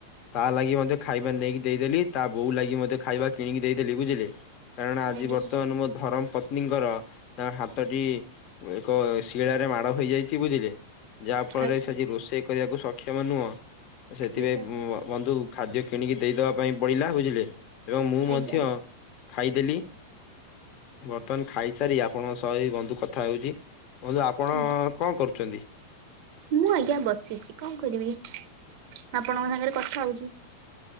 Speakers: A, on the left (about 45°); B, on the right (about 55°).
A: ତା ଲାଗି ମତେ ଖାଇବା ନେଇକି ଦେଇଦେଲି, ତା ବୋଉ ଲାଗି ମଧ୍ୟ ଖାଇବା କିଣିକି ଦେଇଦେଲି, ବୁଝିଲେ। କାରଣ ଆଜି
B: ଆଜ୍ଞା
A: ବର୍ତ୍ତମାନ ମୋ ଧରମ ପତ୍ନୀଙ୍କର ତାଙ୍କ ହାତଟି ଏକ ଶିଳାରେ ମାଡ ହୋଇଯାଇଚି ବୁଝିଲେ ଯାହା ଫଳରେ
B: ଆଜ୍ଞା
A: ସେଠି ରୋଷେଇ କ କରିବାକୁ ସକ୍ଷମ ନୁହଁ, ସେଥିପାଇଁ
B: ଆଜ୍ଞା
A: ବଁ ବନ୍ଧୁ ଖାଦ୍ୟ କିଣିକି ଦେଇଦବା ପାଇଁ ପଇଲା ବୁଝିଲେ ଏବଂ ମୁଁ ମଧ୍ୟ
B: ଆଜ୍ଞା
A: ଖାଇଦେଲି। ବର୍ତ୍ତମାନ ଖାଇସାରି ଆପଣଙ୍କ ସହ ଏ ବନ୍ଧୁ କଥା ହଉଚି। କହିଲି ଆପଣ
B: ଆଜ୍ଞା।
A: କଁ କରୁଚନ୍ତି?
B: ମୁଁ ଆଜ୍ଞା ବସିଚି କଣ କରିବି ଆପଣଙ୍କ ସାଙ୍ଗରେ କଥା ହଉଚି।